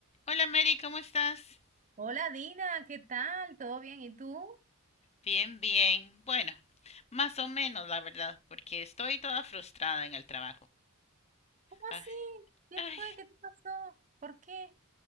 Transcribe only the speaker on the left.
Hola Mary, ¿cómo estás?
Bien, bien. Bueno, más o menos, la verdad, porque estoy toda frustrada en el trabajo.
Ay,
ay,